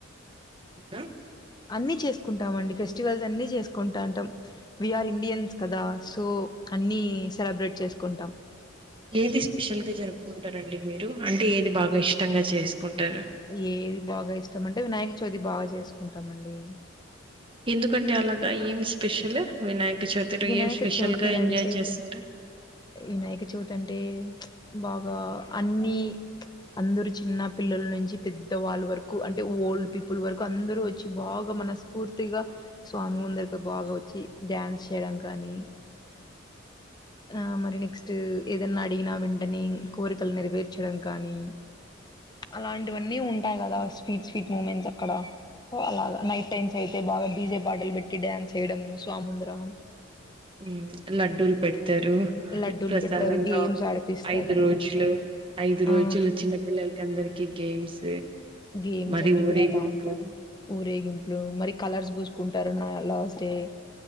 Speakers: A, on the right; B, on the left.
A: కే
B: అన్ని చేసుకుంటామండి. ఫెస్టివల్స్ అన్ని చేసుకుంటాంటాం. విఆర్ ఇండియన్స్ కదా సో అన్నీ సెలబ్రేట్ చేసుకుంటాం.
A: ఏది స్పెషల్గా జరుపుకుంటరండి మీరు, అంటే ఏది బాగ ఇష్టంగా చేసుకుంటరు?
B: ఏది బాగ ఇష్టం అంటే వినాయక చవితి బాగా చేసుకుంటాం అండి.
A: ఎందుకండి అలాగ ఏం స్పెషల్ వినాయక చవితిర్
B: వినాయక
A: ఏం స్పెషల్
B: చవితి
A: గా ఎంజాయ్
B: అంటే
A: చేస్తరు?
B: వినాయక చవితి అంటే బాగా అన్ని అందరు చిన్న పిల్లల నుంచి పెద్ద వాళ్ళ వరకు అంటే ఓల్డ్ పీపుల్ వరకు అందరుూ వచ్చి బాగా మనస్ పూర్తిగా స్వామి ముందరికి బాగ వచ్చి డ్యాన్స్ చేయడం కానీ ఆ మరి నెక్స్ట్ ఏదన్న అడిగినా వెంటనే కోరికలు నెరవేర్చడం కానీ అలాంటివన్నీ ఉంటాయి కదా స్వీట్ స్వీట్ మూమెంట్స్ అక్కడ. అలాగ నైట్ టైమ్స్ అయితే బాగా డీజే పాటలు పెట్టి డ్యాన్స్ చేయడము స్వామ్ ముందరా
A: ఉ లడ్డూలు పెడతరు
B: లడ్డూలు
A: ప్రసాదంగా
B: పెడతారు గేమ్స్ ఆడిపిస్తారు
A: ఐదు రోజులు. ఐదు రోజులు
B: ఆ
A: చిన్న పిల్లలకి అందరికి గేమ్స్,
B: గేమ్స్
A: మరి
B: అన్ని
A: ఊరేగింపు
B: పెడతా ఉంటారు ఊరేగింపులు, మరి కలర్స్ పూసుకుంటరు నా లాస్ట్ డే.